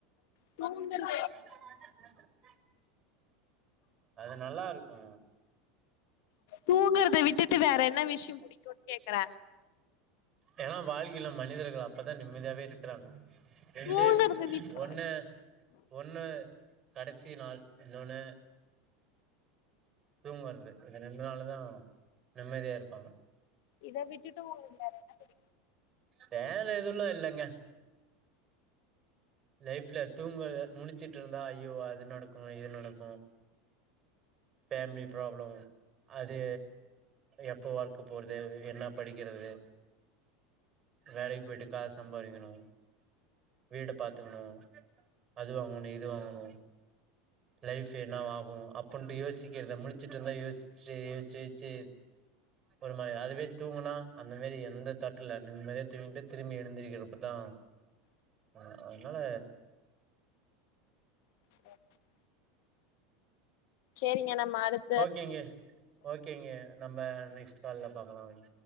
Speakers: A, on the left (about 65°); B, on the right (about 30°).
A: தூங்குது
B: <unintelligible> அது நல்லா இருக்கு
A: தூங்குறத விட்டுட்டு வேற என்ன விஷய பிடிக்குன் கேக்குறே
B: ஏன்னா வாழ்கையில மனிதர்கள் அப்பதா நிம்மதியாவே இருக்குறாங்க ரெண்டே
A: தூங்கறத
B: விஷயோ
A: விட்டு
B: ஒன்னு ஒன்னு கடசி நாள் இன்னொன்னு தூங்குறது இது ரெண்டு நாளதா நிம்மதியா இருப்பாங்க
A: இத விட்டுட்டு ஒங்களுக்கு வேற என்ன தெரியு
B: வேல எதுவும்ல்லா இல்லங்க லைஃப்ல தூங்குறது முளுச்சுட்டு இருந்தா ஐயோ அது நடக்கு இது நடக்கு ஃபேமிலி ப்ராப்ளம் அது எப்போ ஒர்க் போறது என்ன படிக்கிறது வேலைக்கு போயிட்டு காசு சம்பாரிக்கனு வீட பாத் த்துக்கனு அது வாங்கனு இது வாங்கனு லைஃப் என்னவா ஆகு அப்டின்னுட்டு யோசிக்கிறத முளிச்சிட்டு இருந்தா யோசிச்சு யோச்சு யோச்சு ஒரு மாரி அதுவே தூங்குனா அந்த மாரி எந்த தட்டு இல்ல நிம்மதியா தூங்கிட்டு திரும்பி எழுந்திருக்கிறப்பதா
A: <inaudible>
B: ஆ அதனால
A: <unintelligible> சேரிங்க நம்ம அடுத்
B: ஓகேங்க ஓகேங்க நம்ம நெக்ஸ்ட்டு கால்ல பாக்கலா வய்